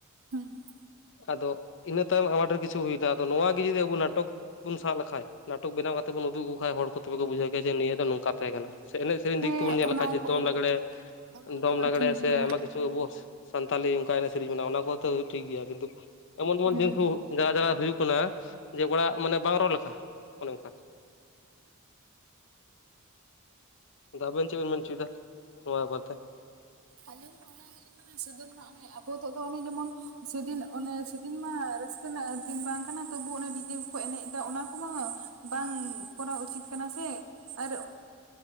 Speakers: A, on the right; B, on the left.
A: ᱦᱮᱸ᱾
B: ᱟᱫᱚ ᱤᱱᱟᱹ ᱛᱟᱭᱚᱢ ᱟᱭᱢᱟ ᱰᱷᱮᱨ ᱠᱤᱪᱷᱩ ᱦᱩᱭᱱᱟ ᱟᱫᱚ ᱱᱚᱣᱟ ᱜᱮ ᱡᱩᱫᱤ ᱟᱵᱚ ᱱᱟᱴᱚᱠ ᱵᱚᱱ ᱥᱟᱵ ᱞᱮᱠᱷᱟᱡ ᱾ ᱱᱟᱴᱚᱠ ᱵᱮᱣ ᱠᱟᱛᱮᱫ ᱵᱚᱱ ᱩᱫᱩᱜ ᱟᱠᱚ ᱠᱷᱟᱱ ᱦᱚᱲ ᱠᱚ ᱛᱚᱵᱮ ᱠᱚ ᱵᱩᱡᱷᱟᱹᱣ ᱠᱮᱭᱟᱡᱮ ᱱᱤᱭᱟᱹ ᱫᱚ ᱱᱚᱝᱠᱟ ᱛᱟᱦᱮᱸ ᱠᱟᱱᱟ ᱾ ᱥᱮ ᱮᱱᱮᱡ ᱥᱮᱨᱮᱧ
A: ᱦᱮᱸ
B: ᱫᱤᱠ ᱛᱮᱵᱚᱱ ᱧᱮᱞ
A: ᱚᱱᱟ
B: ᱞᱮᱠᱷᱟᱡ ᱡᱮ
A: ᱠᱚ
B: ᱫᱚᱝ ᱞᱟᱜᱽᱲᱮ
A: ᱚᱱᱟ
B: ᱫᱚᱝ
A: ᱠᱚᱢᱟ
B: ᱞᱟᱜᱽᱲᱮ
A: ᱴᱷᱤᱠ
B: ᱥᱮ
A: ᱜᱮᱭᱟ
B: ᱟᱭᱢᱟ ᱠᱤᱪᱷᱩ ᱾ ᱟᱵᱚᱜ ᱥᱟᱱᱛᱟᱞᱤ ᱚᱱᱠᱟ ᱮᱱᱮᱡ ᱥᱮᱨᱮᱧ ᱢᱮᱱᱟᱜᱼᱟ ᱚᱱᱟ ᱠᱚᱦᱚᱸ ᱛᱚ ᱴᱷᱤᱠ ᱜᱮᱭᱟ ᱠᱤᱱᱛᱩ ᱾ ᱮᱢᱚᱱ ᱮᱢᱚᱱ
A: ᱦᱩᱸ
B: ᱡᱤᱱᱤᱥ ᱠᱚ ᱡᱟᱭᱜᱟ ᱡᱟᱭᱜᱟ ᱦᱩᱭᱩᱜ ᱠᱟᱱᱟ ᱡᱮ ᱚᱲᱟᱜ ᱢᱟᱱᱮ ᱵᱟᱝ ᱨᱚᱲ ᱞᱮᱠᱟ ᱾ ᱚᱱᱮ ᱚᱱᱠᱟ ᱟᱵᱮᱱ ᱪᱮᱫ ᱵᱮᱱ ᱢᱮᱱ ᱚᱪᱚᱭᱮᱫᱟ ᱱᱚᱣᱟ ᱵᱮ ᱵᱟᱨ ᱛᱮ?
A: ᱟᱹᱞᱤᱧ ᱢᱟ ᱚᱱᱟ ᱜᱮᱞᱤᱧ ᱢᱮᱱᱟ ᱥᱟᱹᱫᱟᱹᱱ ᱢᱟ ᱚᱱᱮ ᱟᱵᱚ ᱛᱚᱜ ᱫᱚ ᱡᱮᱢᱚᱱ ᱥᱮᱫᱤᱱ ᱚᱱᱮ ᱥᱮᱫᱤᱱ ᱢᱟ ᱨᱟᱹᱥᱠᱟᱹ ᱨᱮᱱᱟᱜ ᱫᱤᱱ ᱵᱟᱝ ᱠᱟᱱᱟ ᱛᱚᱵᱩ ᱚᱱᱮ ᱰᱤᱡᱮ ᱠᱚᱠᱚ ᱮᱱᱮᱡ ᱫᱟ ᱚᱱᱟ ᱠᱚᱢᱟ ᱵᱟᱝ ᱠᱚᱨᱟᱣ ᱩᱪᱤᱛ ᱠᱟᱱᱟ ᱥᱮ ᱟᱨ